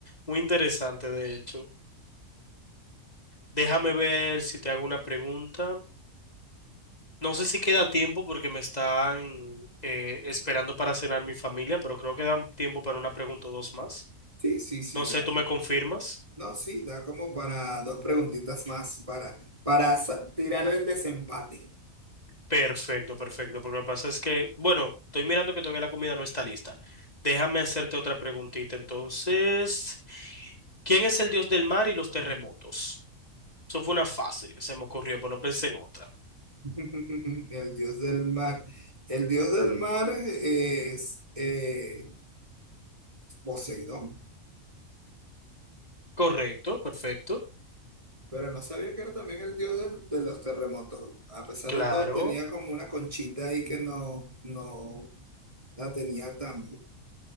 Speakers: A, on the left; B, on the right.
A: Muy interesante, de hecho. Déjame ver si te hago una pregunta. No sé si queda tiempo porque me están eh, esperando para cenar mi familia, pero creo que dan tiempo para una pregunta o dos más.
B: Sí, sí, sí.
A: No sé,
B: Da,
A: ¿tú me confirmas?
B: no, sí, da como para dos preguntitas más para, para
A: Ah.
B: sa- tirar el desempate.
A: Perfecto, perfecto. Porque lo que pasa es que, bueno, estoy mirando que todavía la comida no está lista. Déjame hacerte otra preguntita. Entonces, ¿quién es el dios del mar y los terremotos? Eso fue una fácil que se me ocurrió, pero no pensé en otra.
B: <laughs> El dios del mar. El dios del mar es eh, Poseidón,
A: Correcto, perfecto.
B: pero no sabía que era también el dios del- de los terremotos. A pesar
A: Claro.
B: de todo, tenía como una conchita ahí que no, no la tenía tan,